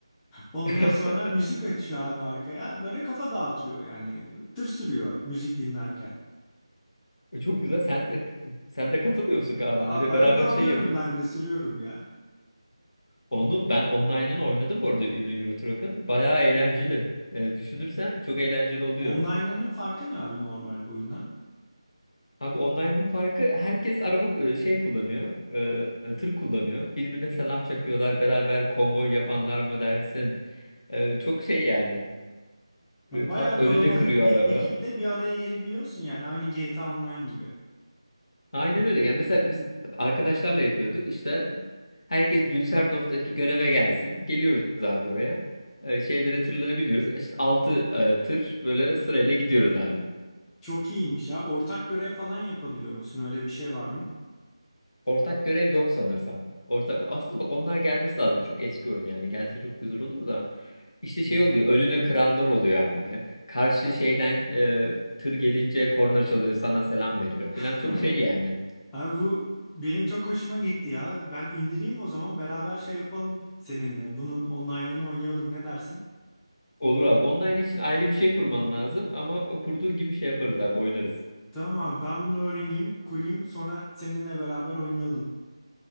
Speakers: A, in the centre; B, on the left.
A: Ondan
B: <laughs>
A: sonra müzik açıyor abi arkaya. Böyle kafa dağıtıyor yani. Tır sürüyor müzik dinlerken.
B: E, Çok güzel. Sen de sen de katılmıyor musun abi?
A: A-
B: Bir
A: arada
B: beraber
A: alıyorum
B: şey yapın.
A: ben de sürüyorum ya.
B: Onu ben online'ını oynadım bu arada e, Euro Truck'ın. Bayağı eğlenceli. Yani düşünürsen çok eğlenceli oluyor.
A: Online'ının farkı ne abi normal oyundan?
B: Abi online'ın farkı herkes araba e, şey kullanıyor, e, tır kullanıyor. Birbirine selam çakıyorlar, beraber konvoy yapanlar mı dersin? E, çok şey yani.
A: Ya
B: E,
A: Bayağı
B: tat önüne
A: kalabalık
B: kırıyor
A: bir
B: araba.
A: ekipte bir araya gelebiliyorsun yani aynı GTA Online gibi.
B: Aynen öyle. Yani mesela biz arkadaşlarla yapıyorduk. İşte herkes Düsseldorf'taki göreve gelsin. Geliyoruz abi oraya. E, şeylere tırları biniyoruz. İşte 6 tır böyle sırayla gidiyoruz abi.
A: Çok iyiymiş ya. Ortak görev falan yapabiliyor musun? Öyle bir şey var mı?
B: Ortak görev yok sanırsam. Ortak aslında bak onlar gelmesi lazım. Çok eski oyun yani. Gelse çok güzel olur da. İşte
A: Hmm.
B: şey oluyor. Önüne kıranlar oluyor abi. Karşı şeyden e, tır gelince korna çalıyor, sana selam veriyor filan.
A: <laughs>
B: Çok şey yani.
A: Abi bu benim çok hoşuma gitti ya. Ben indireyim o zaman beraber şey yapalım seninle. Bunun online'ını oynayalım ne dersin?
B: Olur abi. Online için ayrı bir şey kurman lazım ama o kurduğun gibi şey yaparız abi, oynarız.
A: Tamam abi ben bunu öğreneyim, kurayım sonra seninle beraber oynayalım.